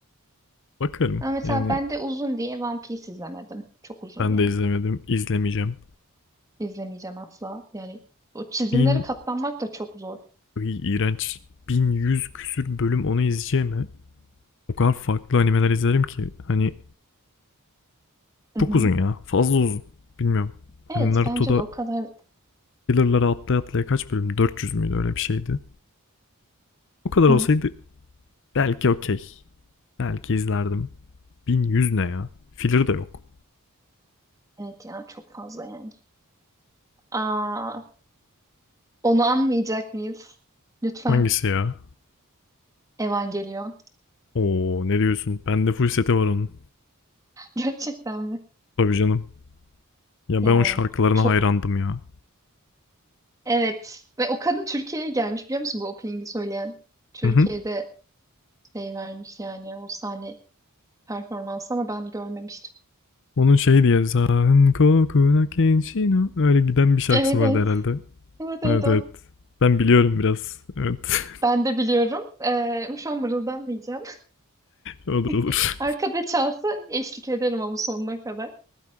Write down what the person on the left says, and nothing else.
Bakarım.
Yani
ben
de izlemedim. izlemeyeceğim.
Bin...
Iy, iğrenç. bin yüz küsür bölüm onu izleyeceğim ha. O kadar farklı animeler izlerim ki. Hani
çok
uzun ya. Fazla uzun. Bilmiyorum.
Hani Naruto'da
Killer'lara atlaya atlaya kaç bölüm? 400 müydü öyle bir şeydi. O kadar
olsaydı belki okey. Belki izlerdim. 1100 ne ya? Filler de yok.
Hangisi ya?
Oo ne diyorsun? Bende full seti var onun.
Tabii canım. Ya
ben o şarkılarına
hayrandım ya.
Hı hı.
Onun şey diye Zan kokuna kenshino öyle giden
bir şarkısı
vardı
herhalde.
Evet
evet. Ben biliyorum biraz. Evet.
<laughs> Olur olur.